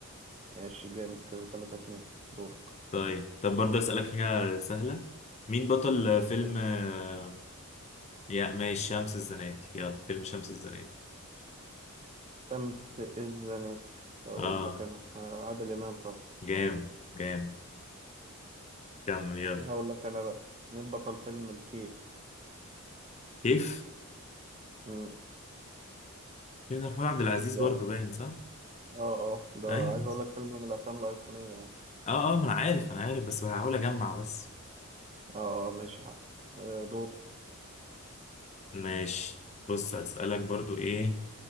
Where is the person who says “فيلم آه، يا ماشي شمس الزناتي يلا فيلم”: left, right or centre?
Left